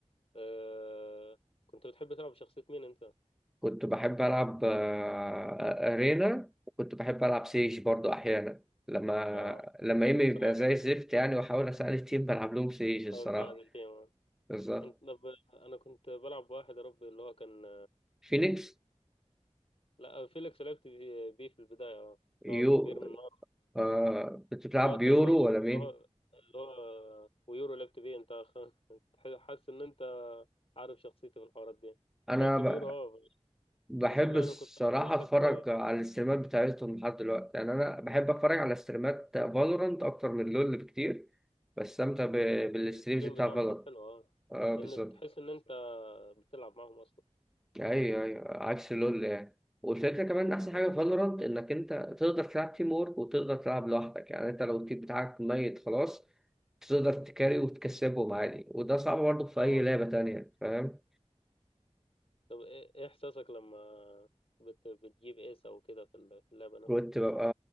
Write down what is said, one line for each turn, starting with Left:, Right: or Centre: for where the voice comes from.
Left: آه... كنت بتحب تلعب شخصية مين أنت؟
Centre: كنت بحب ألعب آه، أرينا وكنت بحب ألعب سيج برضو أحيانا لما
Left: أه
Centre: لما
Left: بتحب
Centre: إيمي يبقى
Left: تساعد
Centre: زي
Left: ال...
Centre: الزفت يعني وأحاول أساعد التيم بلعب لهم سيج
Left: بتحاول
Centre: الصراحة
Left: تساعد التيم آه.
Centre: بالظبط
Left: أنت طب أنا كنت بلعب بواحد يا ربي اللي هو كان
Centre: فينيكس
Left: لا فيليكس لعبت بيه بيه في البداية أه
Centre: يو
Left: اللي هو بيرمي النار
Centre: آه... كنت بتلعب
Left: اللي هو التاني
Centre: بيورو
Left: ده اللي اللي
Centre: ولا مين؟
Left: هو اللي هو ويورو لعبت بيه انت <laughs> خ- انت حاسس ان انت عارف شخصيتي في الحوارات دي
Centre: أنا
Left: لعبت
Centre: ب...
Left: بيورو اه
Centre: بحب
Left: بس اللي
Centre: الصراحة
Left: انا كنت اكتر
Centre: أتفرج
Left: واحد
Centre: على الاستريمات بتاعتهم لحد دلوقتي يعني أنا بحب أتفرج على استريمات فالورانت أكتر من لول بكتير بستمتع ب...
Left: آه،
Centre: بالستريمز
Left: الستريم
Centre: بتاع
Left: بتاعه
Centre: فالورانت
Left: بيكون حلو اه
Centre: آه
Left: لان
Centre: بالظبط
Left: تحس ان انت بتلعب معاهم اصلا
Centre: ايوه ايوه عكس لول يعني والفكره كمان إن احسن
Left: انا كنت
Centre: حاجه في فالورانت انك انت تقدر تلعب تيم وورك وتقدر تلعب لوحدك يعني انت لو التيم بتاعك ميت خلاص تقدر تكاري وتكسبهم عادي وده صعب برضه في
Left: اه
Centre: اي لعبه تانية فاهم
Left: طب ايه إيه احساسك لما بت... بتجيب ايس او كده في ال- في اللعبه نفسها
Centre: كنت ببقى